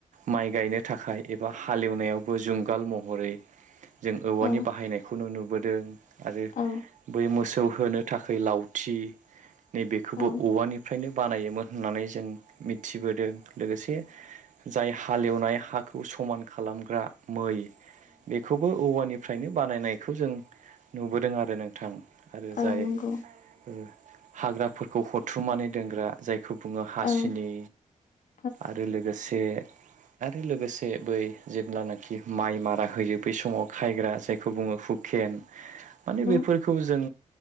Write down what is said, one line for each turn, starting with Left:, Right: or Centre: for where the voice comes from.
Right: माइ गायनो थाखाय एबा जुंगाल महरै जों औवानि
Left: औ
Right: बाहायनायखौनो नुबोदों आरो
Left: औ
Right: बै मोसौ होनो थाखाय लावथि नैबेखौबो
Left: औ औ
Right: औवाजोंनो बानायोमोन होननानै जों मिथिबोदों लोगोसे जाय हालेवनाय हाखौ समान खालामग्रा मै बेखौबो औवानि फ्रायनो बानायनायखौ जों नुबोदों आरो नोंथां आरो
Left: औ
Right: जाय
Left: नंगौ
Right: ओ हाग्राफोरखौ हथुमनानै दोनग्रा जाय बेखौ बुङो हासिनि
Left: औ औ
Right: आरो लोगोसे आरो लोगोसे बै जेब्लानाखि माइ मारा होयो बै समाव खायग्रा जायखौ बुङो हुकेन <inaudible> माने बेफोरखौ
Left: औ
Right: जों